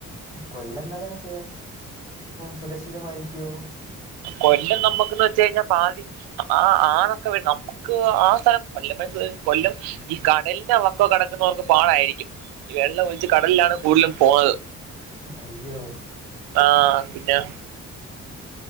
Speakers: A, on the left; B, on the right.
A: കൊല്ലം <unintelligible> ഏ സുരക്ഷിതമായിരിയ്ക്കോ
B: കൊല്ലം നമ്മുക്ക്ന്ന് വെച്ചെഴിഞ്ഞാ പാതി ആ ആ ആ <unintelligible> നമ്മ ക്ക് ആ സ്ഥലം കൊല്ലംന്നച്ച് കൊല്ലം ഈ കടലിന്റെ വക്കൊ കടക്കുന്നവർക്ക് പാടായിരിക്കും ഇ വെള്ള ഒലി ച്ച് കടൽല്ലാണ് കൂട്ലും പോണത്
A: അയ്യോ
B: ആഹ് പിന്നെ